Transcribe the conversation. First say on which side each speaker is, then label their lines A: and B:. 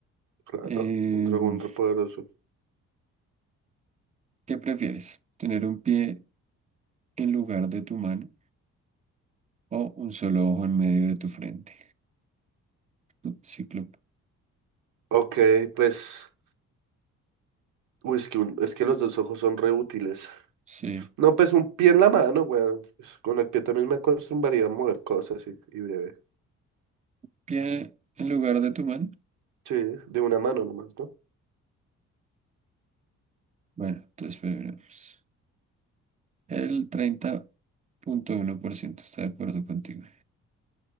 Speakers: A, on the right; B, on the right.
A: Claro,
B: Eh,
A: un dragón repoderoso.
B: ¿qué prefieres? ¿Tener un pie en lugar de tu mano o un solo ojo en medio de tu frente? No, Cíclope.
A: Ok, pues. Uy, es que, un- es que los dos ojos son re útiles.
B: Sí,
A: No, pues un pie en la mano, weón. Pues, con el pie también me acostumbraría a mover cosas y, y breve.
B: pie en lugar de tu mano.
A: Sí, de una mano nomás, ¿no?
B: Bueno, entonces veremos. El treinta punto uno por ciento. está de acuerdo contigo.